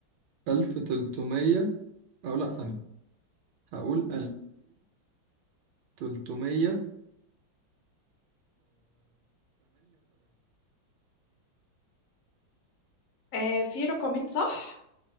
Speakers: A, on the right; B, on the left.
A: 1300 او لا ثانيه هقول 2378
B: آه في رقمين صح